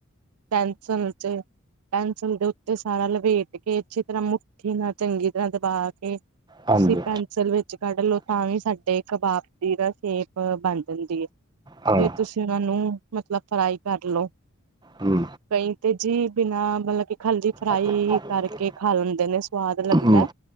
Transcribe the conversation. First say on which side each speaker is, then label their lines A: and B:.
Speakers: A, on the right; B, on the right.
A: ਟੈਨਸਨ ਚ ਏ ਪੈਨਸਲ ਦੇ ਉਤੇ ਸਾਰਾ ਲਪੇਟ ਕੇ, ਅੱਛੀ ਤਰਾਂ, ਮੁੱਠੀ ਨਾਲ, ਚੰਗੀ ਤਰਾਂ ਦਬਾ ਕੇ, ਤੂਸੀ
B: ਹਾਂਜੀ
A: ਪੈਨਸਲ ਵਿੱਚ ਕੱਡ ਲੋ, ਤਾਂ ਵੀ ਸਾਡੇ ਕਬਾਬ ਦੀ ਨਾ ਸ਼ੇਪ ਬਨ ਜਾਂਦੀ ਏ,
B: ਹਾਂ
A: ਫੇਰ ਤੂਸੀ ਓਨਾਂ ਨੂੰ ਮਤਲਬ ਫਰਾਈ ਕਰ ਲੋ।
B: ਹੂੰ।
A: ਕਈ ਤੇ ਜੀ ਬਿਨਾ ਮਤਲਬ ਕੀ ਖਾਲੀ ਫਰਾਈ
B: ਹੂੰ
A: ਕਾਰਕੇ ਖਾ ਲੈਂਦੇ ਨੇ, ਸਵਾਦ ਲਗਦੈ।
B: ਹੂੰ